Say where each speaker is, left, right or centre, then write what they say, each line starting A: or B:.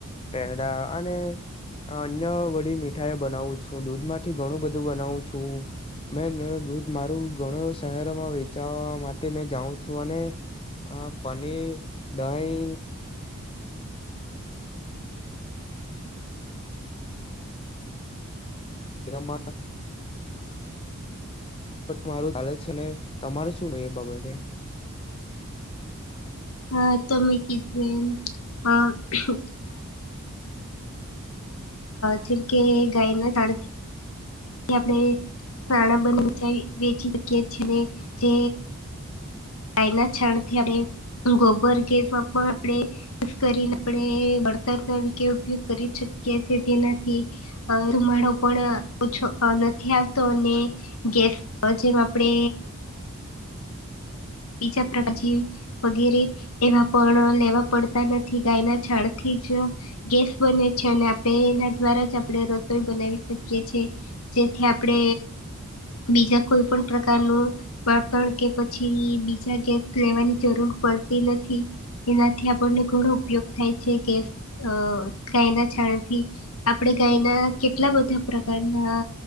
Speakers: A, on the left; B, on the left.
A: પેડા અને અન્ય વડી મીઠાઈઓ બનાવું છું દૂધમાંથી ઘણું બધું બનાવું છું. મેં દૂધ મારું ઘણું શહેરોમાં વેચાવા માટે મે જાઉં છું અને અ પનીર, દહી, માં <unintelligible> મારું ચાલે છે ને તમારે શું એ બાબતે?
B: હા તમે કીધું એમ આ શું? <inaudible> જેમકે ગાયને જા આપણે પ્રાણા બને વચ વેચી શકીએ છીએ જે ગાયના છણથી આપણે ગોબર ગેસમાં પણ આપણે કરીને આપણે વળતર તરીકે ઉપયોગ કરી શકીએ છીએ તેનાથી અ ધુમાળો પણ ઓછો નથી. આવતો અને ગેસ જેમ આપડે બીજા પ્ર જે વગેરે એવા પણ લેવા પડતા નથી ગાયના છડથી જ ગેસ બને છે, અને આપણે એના દ્વારા જ આપણે રસોઈ બનાવી શકીએ છે. જેથી આપડે બીજા કોઈ પણ પ્રકારનું બણતણ કે પછી બીજા ગેસ લેવાની જરૂર પડતી નથી. એનાથી આપણને ઘણો ઉપયોગ થાય છે કે, ગેસ ગાયના છાણથી આપણેે ગાય ના કેટલા બધા પ્રકારના